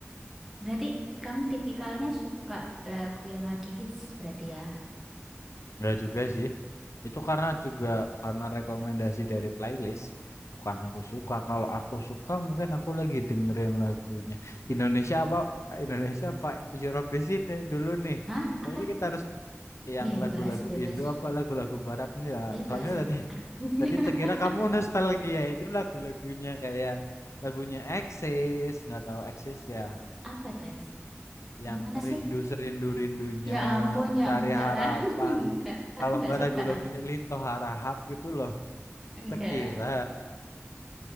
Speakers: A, in the centre; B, on the left (about 85°).
A: Berarti kamu tipikalnya suka lagu yang lagi hits berarti ya?
B: Enggak juga sih. Itu karena juga karena rekomendasi dari playlist. Bukan aku suka. Kalau aku suka mungkin aku lagi dengerin lagunya. Indonesia apa? Indonesia apa? Europe di sini dulu nih.
A: Hah? Apa?
B: Kayaknya kita harus yang
A: Bebas,
B: lagu-lagu
A: bebas,
B: Indo apa lagu-lagu Barat enggak.
A: bebas.
B: Soalnya tadi
A: <laughs>
B: tadi terkira kamu nostalgia itu lagu-lagunya kayak lagunya Axis. Nggak tahu Axis ya
A: Apa teks?
B: yang
A: Yang mana
B: rindu
A: sih?
B: serindu rindunya
A: Ya ampun,
B: mencari
A: ya enggak
B: harapan
A: lah. <laughs> Enggak.
B: kalau
A: Aku enggak
B: nggak
A: suka.
B: lagu-lagunya Linto Harahap itu loh
A: Enggak.
B: Tekira